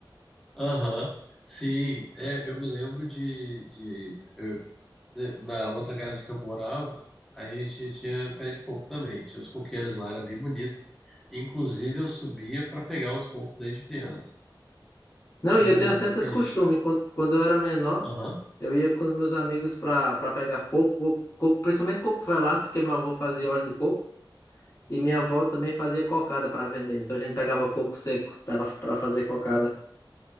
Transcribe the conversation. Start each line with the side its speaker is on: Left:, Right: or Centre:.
Centre: Aham. Sim, é, eu me lembro de, de eu- eh, na outra casa que eu morava, aí a gente tinha pé de coco também. Tinha os coqueiros lá, era bem bonito. Inclusive, eu subia para pegar os cocos desde criança.
Left: Não,
Centre: O
Left: e eu tenho sempre
Centre: que
Left: esse
Centre: a
Left: costume.
Centre: gente.
Left: Quando, quando eu era menor,
Centre: Aham,
Left: eu ia com os meus amigos para para pegar coco, coco, coco, principalmente coco velado, porque meu avô fazia óleo de coco e minha avó também fazia cocada para vender. Então a gente pegava coco seco para para fazer cocada.